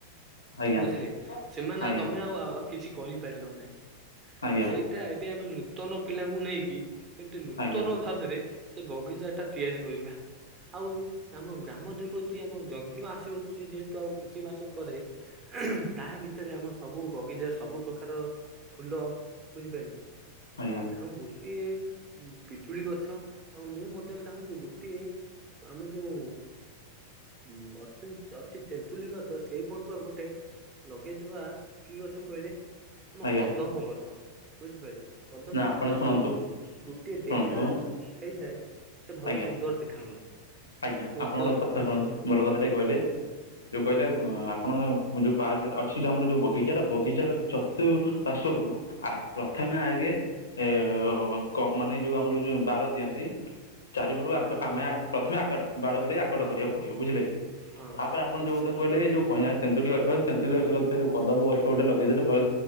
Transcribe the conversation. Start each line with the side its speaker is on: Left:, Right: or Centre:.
Left: ଆଜ୍ଞା
Right: ବୁଝିଲେ ସେମାନେ
Left: ଆଜ୍ଞା
Right: ଆଉ ତମେ ଆ କିଛି କରିପାରିଲ ନାହିଁ
Left: ଆଜ୍ଞା ଆଜ୍ଞା
Right: ସେଇଟା
Left: ଆଜ୍ଞା
Right: ଏବେ ଆମେ ନୂତନ ପିଲାଙ୍କୁ ନେଇକି କିନ୍ତୁ ନୂତନ
Left: ଆଜ୍ଞା
Right: ଭାବରେ ସେ ବଗିଚା ଟା ତିଆରି କରିବା। ଆଉ ଆମ ଗ୍ରାମ ଦେବତୀ ଆମ ଯଜ୍ଞ ଆସୁଅଛି ଯେହେତୁ ଆଉ କିଛି ମାସ ପରେ। ତା ଭିତରେ ଆମ ସବୁ ବଗିଚା ସବୁ ପ୍ରକାର ଫୁଲ ବୁଝିପାରିଲେ
Left: ଆଜ୍ଞା
Right: ଆଉ ଗୋଟିଏ ପିଜୁଳି ଗଛ ଆଉ ମୁଁ ମଧ୍ୟ ଚାହୁଁଛି ଗୋଟିଏ ଆମ ଯୋଉ ଉଁ ଅ ଅଛି ତେନ୍ତୁଲି ଗଛ ସେଇ ପଟୁଆ ଗୋ ଲଗେଇଦବା କି ଗଛ କହିଲେ ଆମ
Left: ଆଜ୍ଞା
Right: କଦମ୍ବ ଗଛ ବୁଝିପାରିଲି କଦମ
Left: ନା
Right: ଗଛ
Left: ଆପଣ
Right: ଯେହେତୁ
Left: ଶୁଣନ୍ତୁ
Right: ଗୋଟିଏ
Left: ଶୁଣନ୍ତୁ
Right: ଡେଙ୍ଗା ହେଇଥାଏ ସେ ଭଲ
Left: ଆଜ୍ଞା
Right: ସୁନ୍ଦର ଦେଖା ହୁଏ।
Left: ଆଜ୍ଞା
Right: କୁହନ୍ତୁ
Left: ଆପଣ ଗୋଟେ କଥା ଶୁଣନ୍ତୁ ଭଲ କଥା ଟ କହିଲେ ଯୋଉ
Right: ହଁ
Left: କହିଲେ ଆପଣ <unintelligible> ଅଛି ଯୋଉ ଆମର ଯୋଉ ବଗିଚାର ବଗିଚାର ଚତୁର୍ପଶକୁ ଆ ପ୍ରଥମେ
Right: ହଁ।
Left: ଆଗେ ଏ କ ମାନେ ଯୋଉ ଆମର ଯୋଉ ବାର ଦିଅନ୍ତି ଚାରିପଟକୁ
Right: ହଁ ବାଡ଼ ବୁଲା
Left: ଆମେ
Right: ହବ
Left: ଆଖ ପ୍ରଥମେ ଆଟ ବାର ବୁଲିକି ଆକଟ କରିବାକୁ ପଡ଼ିବ ବୁଝିଲେ କି।
Right: ହଁ
Left: ତାପରେ ଆପଣ
Right: ନିଶ୍ଚୟ
Left: ଯୋଉ କଥା କହିଲେ ଏ ଯୋଉ କହଆଁ ତନ୍ତୁଟି ଗଛ ନ୍ତୁଷେ ଯୋଉ କଦମ୍ବ ଗଛ ଗୋଟେ ଲଗେଇଦେଲେ ଭୟ